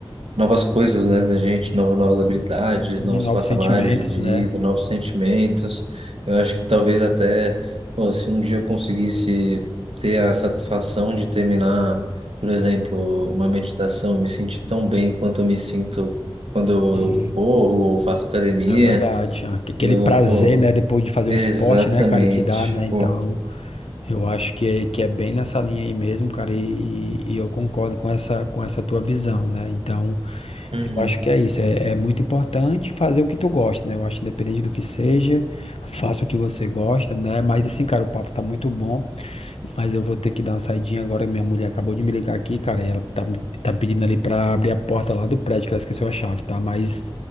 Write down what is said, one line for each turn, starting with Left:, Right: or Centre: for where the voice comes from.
Right: novas coisas, né, na gente, novas, novas habilidades,
Left: e
Right: novos
Left: novos
Right: patamares
Left: sentimentos,
Right: de vida,
Left: né?
Right: novos sentimentos. Eu acho que talvez até, pô, se um dia eu conseguisse ter a satisfação de terminar, por exemplo, uma meditação, me sentir tão bem quanto eu me sinto quando eu,
Left: Sim,
Right: eu corro ou faço academia,
Left: é verdade. Aque- Aquele
Right: eu,
Left: prazer,
Right: pô,
Left: né? Depois de fazer
Right: exatamente,
Left: um esporte, né, cara, que dá, né? Então,
Right: pô.
Left: eu acho que é, que é bem nessa linha aí mesmo, cara, e, e eu concordo com essa, com essa tua visão, né? Então,
Right: Uhum.
Left: eu acho que é isso. É, é muito importante fazer o que tu gosta, né? Eu acho que independente do que seja, faça o que você gosta, né? Mas assim, cara, o papo tá muito bom. Mas eu vou ter que dar uma saidinha agora. Minha mulher acabou de me ligar aqui, cara, e ela tá, me- tá pedindo ali pra abrir a porta lá do prédio, que ela esqueceu a chave, tá? Mas